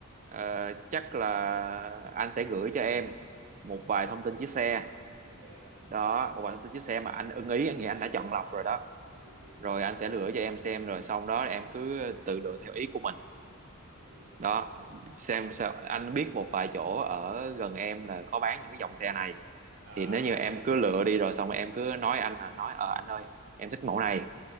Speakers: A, on the right; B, on the right.
A: ờ, chắc là anh sẽ gửi cho em
B: à,
A: một vài thông tin chiếc xe
B: yeah.
A: đó một vài thông tin chiếc xe mà anh ưng ý anh nghĩ anh đã chọn lọc rồi đó
B: ừ ừ
A: rồi anh sẽ gửi cho em xem rồi xong đó em cứ tự lựa theo ý của mình
B: ừ.
A: đó xem sao anh biết một vài chỗ ở gần em là có bán những cái dòng xe này
B: à
A: thì nếu như em cứ lựa đi rồi xong rồi em cứ nói anh là nói ờ anh ơi em thích mẫu này